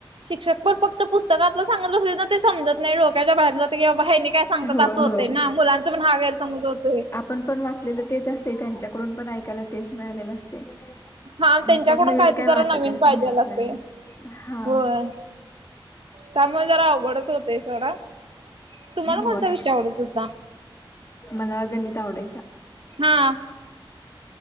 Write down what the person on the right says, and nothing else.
शिक्षक पण फक्त पुस्तकातल सांगत बसले ना ते समजत नाही डोक्याच्या बाहेर जाते किंवा हेनी काय सगतात
अस असं होतंय
ना मुलांचा पण हा गैर समज होतोय.
हा
त्यांच्याकडून
काय
तर जरा
नवीन पाहिजेल
असते
होय त्यामुळे जरा अवघडच होतय सोडा, तुम्हाला
कोणता विषय आवडत होता.
हा.